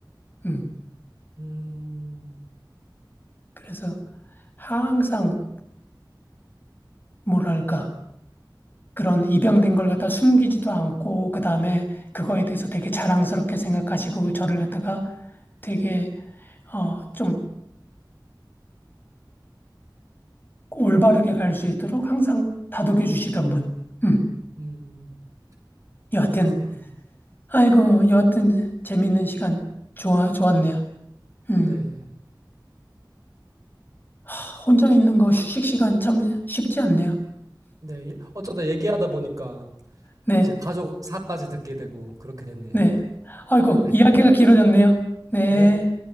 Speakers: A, on the left; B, on the right.
A: 음,
B: 음,
A: 그래서 항상, 뭐랄까, 그런 입양된 걸 갖다 숨기지도 않고 그다음에 그거에 대해서 되게 자랑스럽게 생각하시고 저를 갖다가 되게 어, 좀 올바르게 갈 수 있도록 항상 다독여 주시던 분. 음.
B: 음,
A: 여하튼
B: 그렇구나.
A: 아이고 여하튼 재밌는 시간 좋아 좋았네요. 음.
B: 네.
A: 하, 혼자 있는 거 휴식 시간 참 쉽지 않네요.
B: 네. 어쩌다 얘기하다 보니까
A: 네.
B: 이제 가족사까지 듣게 되고 그렇게 됐네요.
A: 네. 아이고
B: 네.
A: 이야기가 길어졌네요. 네.
B: 네.